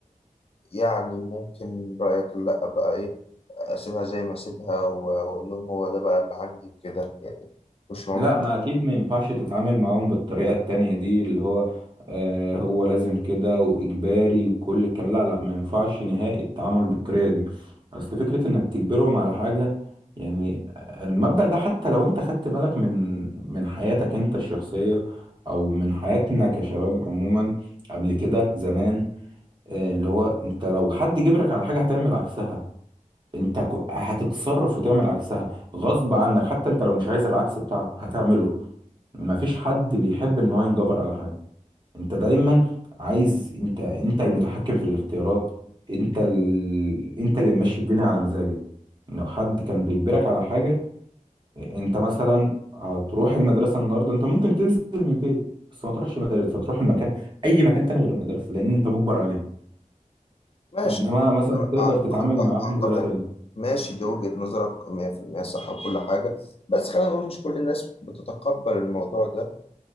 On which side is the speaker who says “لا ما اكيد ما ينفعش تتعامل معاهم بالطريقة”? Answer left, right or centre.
Right